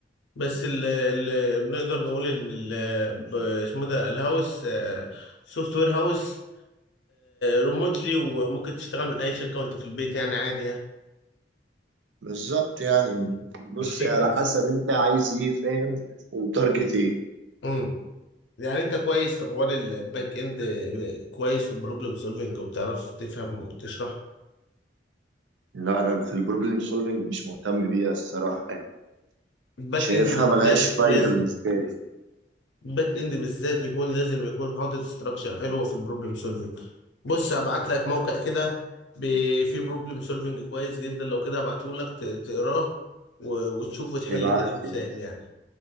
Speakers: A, on the left; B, on the right.
A: بس اللي بنقدر نقول ان ال- ب- اسمه ده الهاوس سوفت وير هاوس ريموتلي وممكن تشتغل من اي شركه وانت في البيت يعني عادي يعني
B: بالظبط يعني بص
A: مش فكره
B: على حسب أنت عايز إيه فاهم وتارجت إيه
A: امم يعني انت كويس في حوار الباك اند كويس في البروبلم سولفنج وبتعرف تفهم وتشرح
B: لا أنا في البروبلم سولفنج مش مهتم بيها الصراحة
A: الباك
B: شايفها
A: اند بالذات
B: ملهاش فايدة
A: لازم
B: بالنسبة لي
A: باك اند بالذات يكون لازم يكون حاطط ستراكشر حلوه في البروبلم سولفنج بص هبعت لك موقع كده ب- فيه بروبلم سولفنج كويس جدا لو كده هبعته لك تقراه و- وتشوف وتحل
B: ابعت
A: كده مسائل
B: لي
A: يعني